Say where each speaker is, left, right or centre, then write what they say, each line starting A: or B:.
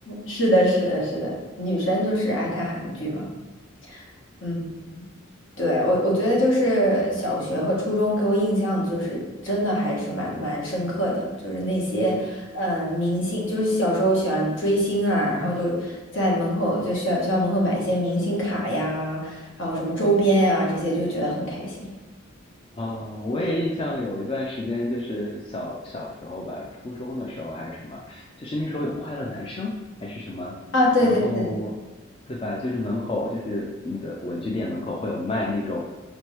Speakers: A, on the left (about 65°); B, on the left (about 25°).
A: 是的，是的，是的，女生就是爱看韩剧嘛。嗯，对，我我觉得就是小学和初中给我印象就是真的还是蛮蛮深刻的，就是那些嗯、呃明星，就是小时候喜欢追星啊，然后就在门口就学校学校门口买一些明星卡呀，然后什么周边呀、这些，就觉得很开心。
B: 啊，我也印象有一段时间，就是小小时候吧，初中的时候还是什么，就是那时候有快乐男生还是什么，
A: 啊，对对对
B: 然后，对吧？就是门口就是那个文具店门口会有卖那种，